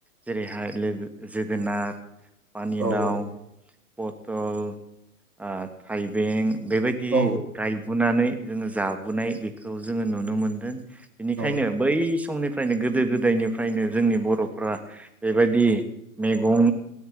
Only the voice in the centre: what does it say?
जेरैहाय लो जोगोनार। पानि
लाव। पथल आ। थाइबें। बेबायदि
गायबोनानै। जोङो जाबोनाय बेखौ जोङो नुनो मोनदों। बेनिखायनो
बै समनि। फ्रायनो गोदो गोदायनिफ्रायनो जोंनि बर'फ्रा बेबायदि मैगं